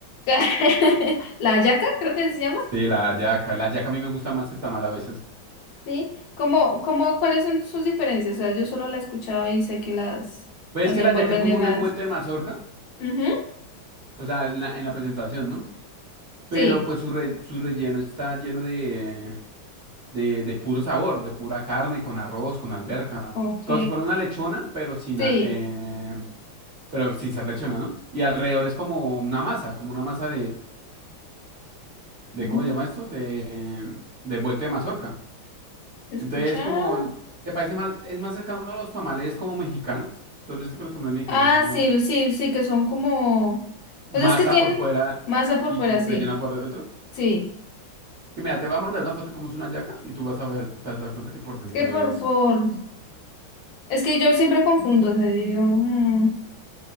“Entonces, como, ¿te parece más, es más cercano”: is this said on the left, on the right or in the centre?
Right